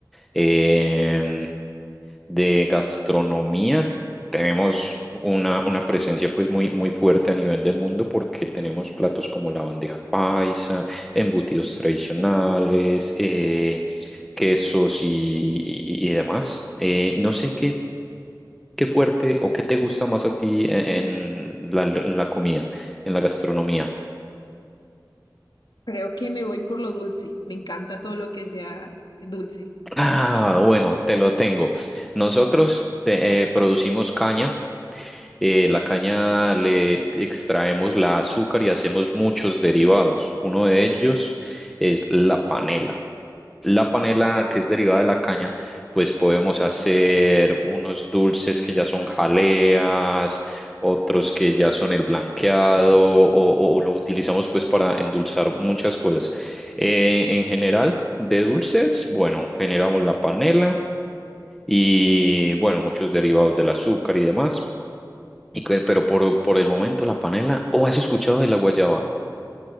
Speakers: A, in the centre; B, on the left (about 80°).
A: Em, de gastronomía tenemos una, una presencia pues muy, muy fuerte a nivel del mundo porque tenemos platos como la bandeja paisa, embutidos tradicionales, eh, quesos y, y- y demás. Eh, no sé qué, qué fuerte o qué te gusta más a ti en, en la, la comida, en la gastronomía.
B: Creo que me voy por lo dulce. Me encanta todo lo que sea dulce.
A: Ah, bueno, te lo tengo. Nosotros te- eh, producimos caña. eh, la caña le extraemos la azúcar y hacemos muchos derivados. Uno de ellos es la panela. La panela que es derivada de la caña, pues podemos hacer unos dulces que ya son jaleas, otros que ya son el blanqueado o, o- o lo utilizamos pues para endulzar muchas cosas. Eh, en general, de dulces, bueno, generamos la panela y bueno, muchos derivados del azúcar y demás. Y que- pero por, por el momento la panela. ¿O has escuchado de la guayaba?